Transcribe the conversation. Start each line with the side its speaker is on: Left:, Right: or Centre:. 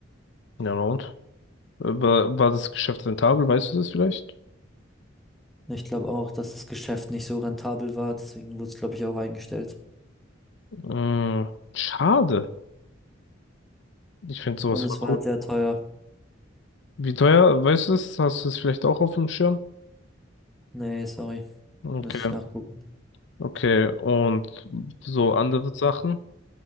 Left: Ja, na und? Äh, War, war das Geschäft rentabel, weißt du das vielleicht?
Centre: Ich glaube auch, dass das Geschäft nicht so rentabel war, deswegen wurde es, glaube ich, auch eingestellt.
Left: Mm, schade. Ich finde sowas
Centre: Und
Left: voll
Centre: es war
Left: cool.
Centre: halt sehr teuer.
Left: Wie teuer, weißt du das? Hast du das vielleicht auch auf dem Schirm?
Centre: Nee, sorry,
Left: Okay.
Centre: müsste ich nachgucken.
Left: Okay, und so andere Sachen?